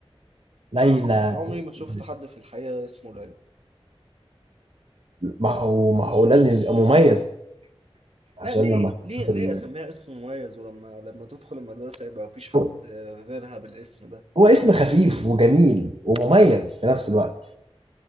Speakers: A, on the right (about 65°); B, on the right (about 85°).
A: ليلى
B: انا عم- عمري
A: اسم
B: ما شفت حد في الحقيقة اسمه ليلى
A: ما هو ما هو لازم يبقى مميز عشان
B: لا ليه
A: لما تحطها
B: ليه
A: في
B: ليه
A: ال...
B: اسميها اسم مميز ولما لما تدخل المدرسة يبقى مفيش حد
A: هو
B: آه، غيرها بالاسم ده
A: هو اسم خفيف وجميل ومميز في نفس الوقت